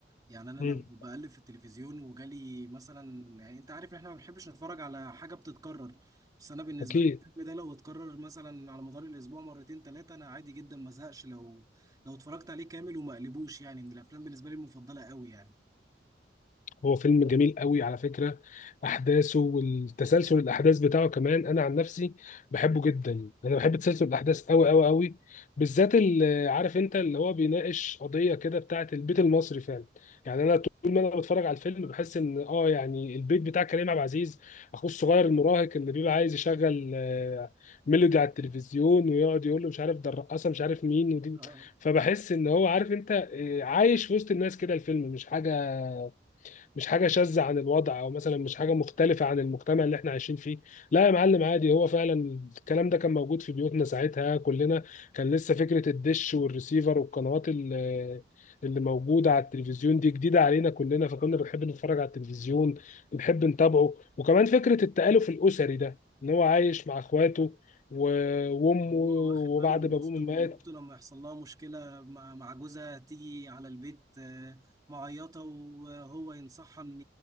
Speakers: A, on the right (about 20°); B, on the left (about 45°).
A: يعني انا
B: مم.
A: لو بقلب في التلفزيون وجالي مثلا يعني انت عارف ان احنا ما بنحبش نتفرج على حاجه بتتكرر بس انا بالنسبه
B: اكيد
A: لي الفيلم ده لو اتكرر مثلا على مدار الاسبوع مرتين ثلاثه انا عادي جدا ما زهقش لو لو اتفرجت عليه كامل وما قلبوش يعني من الافلام بالنسبه لي المفضله قوي يعني
B: هو فيلم جميل قوي على فكرة أحداثه والتسلسل الأحداث بتاعه كمان أنا عن نفسي بحبه جدا أنا بحب تسلسل الأحداث قوي قوي قوي بالذات اللي عارف أنت اللي هو بيناقش قضية كده بتاعة البيت المصري فعلا يعني أنا طول ما أنا بتفرج على الفيلم بحس إن أه يعني البيت بتاع كريم عبد العزيز أخوه الصغير المراهق اللي بيبقى عايز يشغل آه، ميلودي على التلفزيون ويقعد يقول له مش عارف ده الرقاصة مش عارف مين ودي
A: اه
B: فبحس إن هو عارف أنت آه، عايش في وسط الناس كده الفيلم مش حاجة مش حاجه شاذه عن الوضع او مثلا مش حاجه مختلفه عن المجتمع اللي احنا عايشين فيه لا يا معلم عادي هو فعلا الكلام ده كان موجود في بيوتنا ساعتها كلنا كان لسه فكره الدش والريسيفر والقنوات اللي اللي موجوده على التلفزيون دي جديده علينا كلنا فكنا بنحب نتفرج على التلفزيون بنحب نتابعه وكمان فكره التآلف الاسري ده ان هو عايش مع اخواته و- وامه
A: إن
B: وبعد
A: هو واخد باله من
B: ما
A: اخته
B: ابوه مات
A: وان اخته لما يحصل لها مشكله مع مع جوزها تيجي على البيت آه، معيطه وهو ينصحها ان